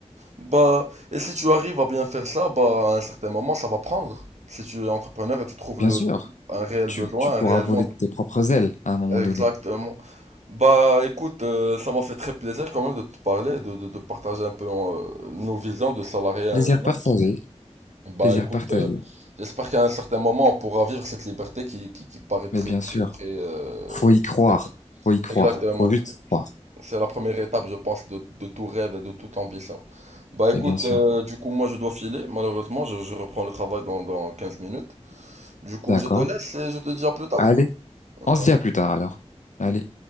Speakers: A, on the right; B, on the left.
A: Bah, et si tu arrives à bien faire ça, bah, à un certain moment, ça va prendre. Si tu es entrepreneur et tu trouves
B: Bien
A: le,
B: sûr,
A: un réel
B: tu,
A: besoin,
B: tu pourras
A: un réel
B: voler
A: manque.
B: de tes propres ailes à un moment
A: Exactement.
B: donné.
A: Bah, écoute, euh, ça m'a fait très plaisir quand même de te parler, de, de, de partager un peu euh, nos visions de salarié à
B: Plaisir
A: un
B: partagé,
A: autre. Bah,
B: plaisir
A: écoute,
B: partagé.
A: euh, j'espère qu'à un certain moment, on pourra vivre cette liberté qui, qui, qui paraît très,
B: Mais bien
A: très,
B: sûr,
A: euh,
B: faut y croire.
A: très belle.
B: Faut y croire.
A: Exactement.
B: Faut juste y croire.
A: C'est la première étape, je pense, de, de tout rêve et de toute ambition. Bah écoute,
B: Mais bien sûr.
A: euh, du coup, moi je dois filer. Malheureusement, je, je reprends le travail dans, dans 15 minutes. Du coup,
B: D'accord.
A: je te laisse et je te dis à plus tard.
B: Allez,
A: Euh,
B: on se dit à plus tard alors. Allez.